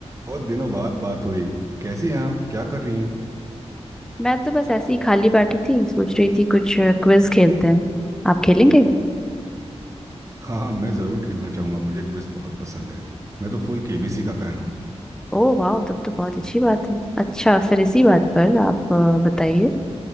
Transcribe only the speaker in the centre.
मैं तो बस ऐसे ही खाली बैठी थी सोच रही थी कुछ क्विज खेलते हैं आप खेलेंगे
ओह वाह तब तो बहुत अच्छी बात है अच्छा फिर इसी बात पर आप अ, बताइए